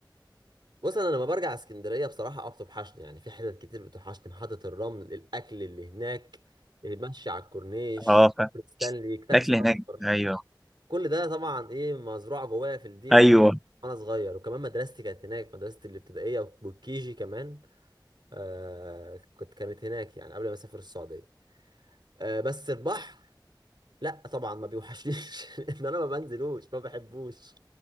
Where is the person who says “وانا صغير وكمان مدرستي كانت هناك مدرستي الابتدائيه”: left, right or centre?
Right